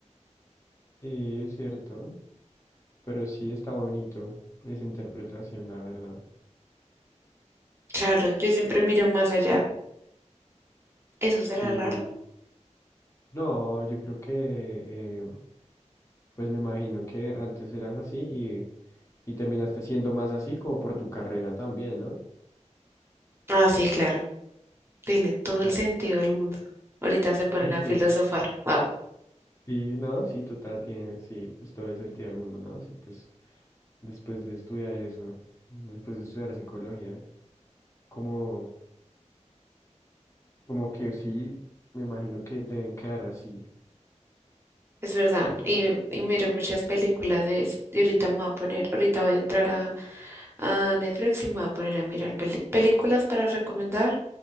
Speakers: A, on the left (about 25°); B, on the right (about 20°).
A: Sí, es cierto. Pero sí está bonito esa interpretación, la verdad.
B: Claro, yo siempre miro más allá. ¿Eso será
A: Sí.
B: raro?
A: No, yo creo que, eh, pues me imagino que antes eras así y, y terminaste siendo más así como por tu carrera también, ¿no?
B: Ah, sí, claro. Tiene todo
A: Claro.
B: el sentido del mundo. Ahorita se ponen
A: <laughs>
B: a filosofar.
A: Sí,
B: Ah,
A: sí, no, sí, total, tiene, sí, pues todo el sentido del mundo, ¿no? Sí, pues después de estudiar eso, después de estudiar psicología, como, como que sí, me imagino que deben quedar así.
B: Es verdad,
A: Pero
B: y,
A: <laughs>
B: y miro muchas películas de eso. Y ahorita me voy a poner, ahorita voy a entrar a, a Netflix y me voy a poner a mirar peli- películas para recomendar